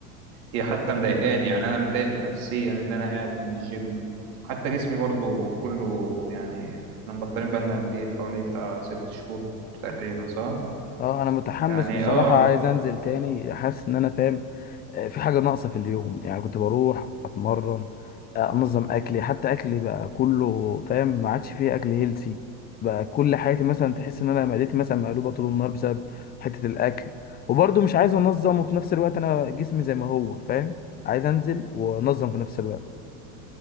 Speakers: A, on the right (about 55°); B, on the left (about 20°).
A: هي حتى مضايقاني يعني انا متضايق نفسيا ان انا قاعد من الجيم حتى جسمي برضو كله يعني احنا مبطلين بقالنا قد ايه حوالي بتاع ست شهور تقريبا صح
B: اه انا متحمس
A: يعني
B: بصراحه
A: اه
B: عايز انزل تاني حاسس ان انا فاهم آه، في حاجة ناقصة في اليوم يعني كنت بروح أتمرن آه، أنظم أكلي حتى أكلي بقى كله فاهم ما عادش فيه أكل هيلسي بقى كل حياتي مثلا تحس إن أنا معدتي مثلا مقلوبة طول النهار بسبب حتة الأكل وبرضه مش عايز أنظم وفي نفس الوقت أنا جسمي زي ما هو فاهم عايز أنزل وأنظم في نفس الوقت